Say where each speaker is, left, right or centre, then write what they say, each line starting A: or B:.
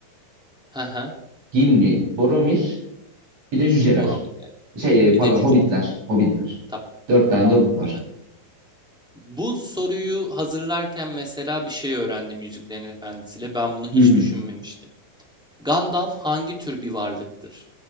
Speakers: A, in the centre; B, on the right.
A: hı hı,
B: Gimli, Boromir, bir de cüceler.
A: Boromir.
B: Şey e,
A: Bir
B: pardon
A: de cüce.
B: hobbitler. Hobbitler.
A: Tamam,
B: Dört tane
A: tamam.
B: de hobbit var.
A: Güzel. Bu soruyu hazırlarken mesela bir şey öğrendim Yüzüklerin Efendisi'yle. Ben bunu hiç
B: Hı hı.
A: düşünmemiştim. Gandalf hangi tür bir varlıktır?